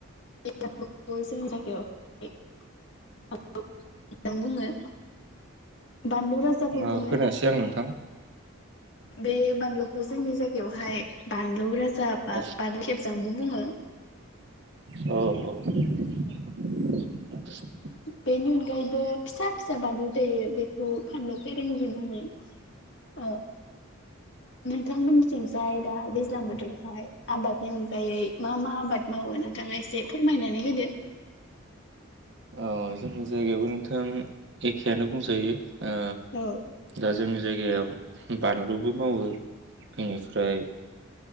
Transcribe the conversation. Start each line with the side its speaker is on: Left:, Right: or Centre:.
Left: जोंनि थाखाय बुङो बानलु राजाबो
Right: अ
Left: बुङो।
Right: खोनायासै आं नोंथां
Left: बे बानलुखौ जोंनि जायगायावहाय बानलु राज जाबा
Right: औ
Left: बाथु खेबजोंबो बुङो
Right: औ औ।
Left: औ।
Right: <unintelligible>
Left: बेनि अनगायैबो फिसा फिसा बानलु जायो बेखौ फानलु फै थगि भुुमि औ। नोंथांमोननिथिंजाय दा दैज्लां बोथोरावहाय। आबादनि अनगायै मा मा आबाद मावो नोंथाङा एसे फोरमायनानै होदो।
Right: औ जोंनि जायगायावबो नोंथां एखेआानो बुंजायो। ओ
Left: औ
Right: दा जोंनि जायगायाव बानलुबो मावो बेनिफ्राय